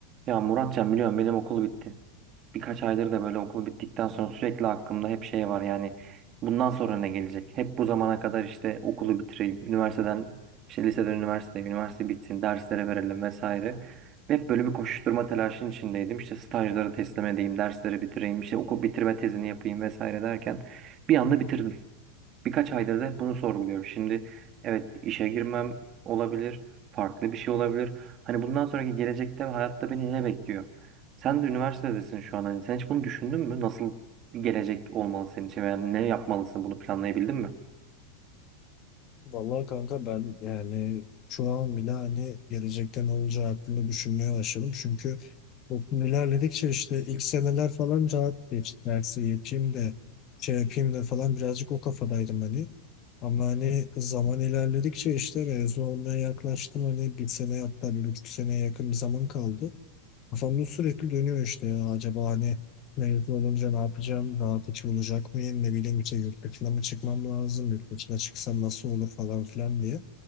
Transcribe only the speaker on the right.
Ya Muratcan biliyorum benim okul bitti. Birkaç aydır da böyle okul bittikten sonra sürekli aklımda hep şey var yani bundan sonra ne gelecek? Hep bu zamana kadar işte okulu bitireyim, üniversiteden işte liseden üniversiteye, üniversite bitsin, derslere verelim vesaire. Hep böyle bir koşuşturma telaşının içindeydim. İşte stajları teslim edeyim, dersleri bitireyim, işte okul bitirme tezini yapayım vesaire derken bir anda bitirdim. Birkaç aydır da
hep
bunu sorguluyorum. Şimdi evet işe girmem olabilir, farklı bir şey olabilir. Hani bundan sonraki gelecekte ve hayatta beni ne bekliyor? Sen de üniversitedesin şu an. Hani sen hiç bunu düşündün mü? Nasıl bir gelecek olmalı senin için veya ne yapmalısın? Bunu planlayabildin mi?